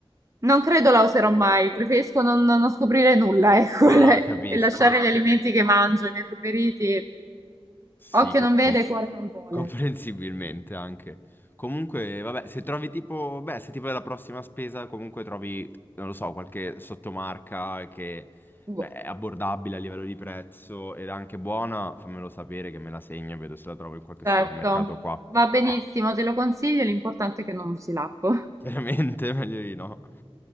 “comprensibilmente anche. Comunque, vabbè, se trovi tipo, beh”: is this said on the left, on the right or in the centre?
Left